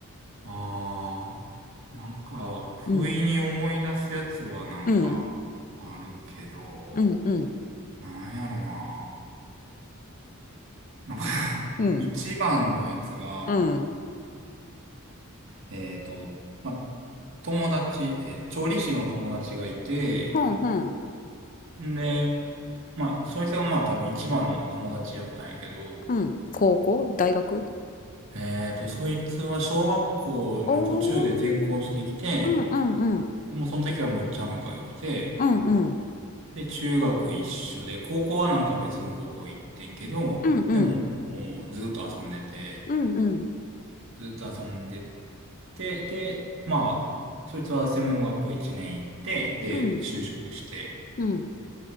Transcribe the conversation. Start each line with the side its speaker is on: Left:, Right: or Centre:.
Right: ああ、なんか、不意に思い出すやつはなんか、
Left: うん。うん。
Right: あるけど、
Left: うん。うん。
Right: なんやろな。なんか、
Left: うん。
Right: 一番のやつが、
Left: うん。
Right: えっと、ま、友達、えー調理師の友達がいて、
Left: ふんふん。
Right: んで、まあ、そいつがまあ多分一番の友達やったんやけど、
Left: うん。高校大学
Right: えっと、そいつは小学校の途中で転校してきて、
Left: おー。うんうんうん。
Right: もうその時はむっちゃ仲良くて、
Left: うんうん。
Right: で、中学一緒で、高校はなんか別の高校行ってんけど、
Left: うんうん。
Right: でも、もうずっと遊んでて、
Left: うんうん。
Right: ずっと遊んでて、で、まあ、そいつは専門学校一年行って、で、
Left: うんうん。
Right: 就職して、
Left: うん。